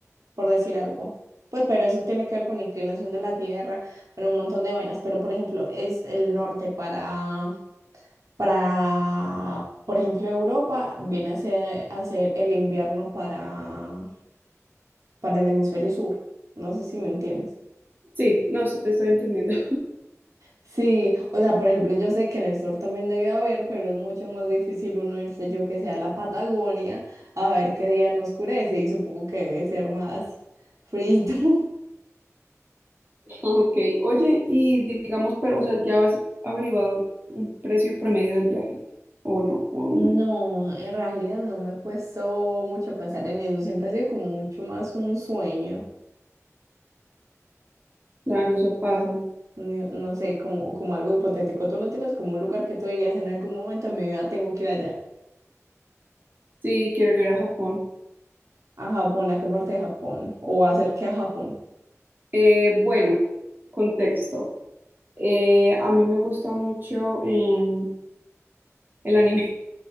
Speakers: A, on the right (about 80°); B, on the right (about 35°).
A: por decir algo. Pues, pero eso tiene que ver con la inclinación de la Tierra, bueno, un montón de vainas, pero por ejemplo, es el norte para, para, por ejemplo, Europa, viene a ser, a ser el invierno para para el hemisferio sur. No sé si me entiendes.
B: Sí, no, sí te estoy entendiendo.
A: Sí, o sea, por ejemplo, yo sé que en el sur también debe haber, pero es mucho más difícil uno irse yo que sea a la Patagonia a ver qué día no oscurece y supongo que debe ser más frío. <laughs>
B: Ok, oye, y digamos, pero, o sea, ¿ya has averiguado un precio promedio del viaje? ¿O no? ¿O
A: No,
B: no?
A: en realidad no me he puesto mucho a pensar en eso, siempre ha sido como mucho más un sueño,
B: Claro, eso pasa.
A: ni- no sé, como, como algo hipotético. Tú no tienes como un lugar que tú dirías en algún momento de mi vida tengo que ir allá,
B: Sí, quiero ir a Japón.
A: a Japón, ¿a qué parte de Japón? O hacer qué a Japón.
B: Eh, bueno, contexto. Eh, a mí me gusta mucho em, el anime